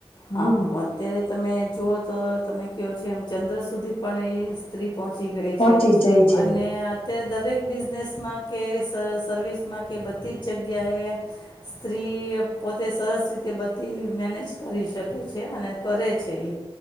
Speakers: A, on the left; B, on the left.
A: હમ
B: હા અત્યારે તમે જુઓ તો તમે કહો છે એમ ચંદ્ર સુધી પણ એ સ્ત્રી. પહોંચી ગઈ
A: પહોંચી
B: છે
A: જાય
B: અને.
A: છે
B: અ્યારે દરેક બિઝનેસમાં કે સર્વિસમાં કે બધી જ જગ્યાએ. સ્ત્રી પોતે સરસ રીતે બધી મેનેજ કરી શકે છે અને કરે છે ઇ